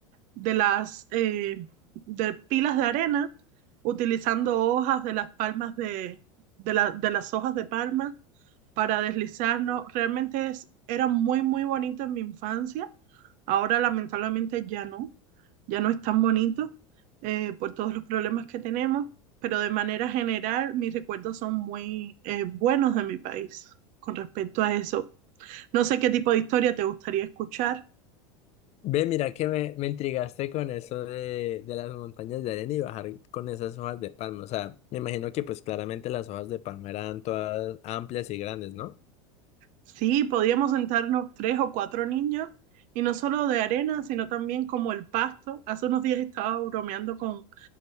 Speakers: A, on the right (about 55°); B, on the left (about 40°).
A: de las eh, de pilas de arena, utilizando hojas de las palmas de, de la- de las hojas de palma para deslizarnos. Realmente es- era muy, muy bonito en mi infancia. Ahora lamentablemente ya no, ya no es tan bonito eh, por todos los problemas que tenemos, pero de manera general mis recuerdos son muy eh, buenos de mi país con respecto a eso. No sé qué tipo de historia te gustaría escuchar.
B: Ve, mira que me, me intrigaste con eso de, de las montañas de arena y bajar con esas hojas de palma, o sea, me imagino que pues claramente las hojas de palma eran todas amplias y grandes, ¿no?
A: Sí, podíamos sentarnos tres o cuatro niños y no solo de arena, sino también como el pasto. Hace unos días estaba bromeando con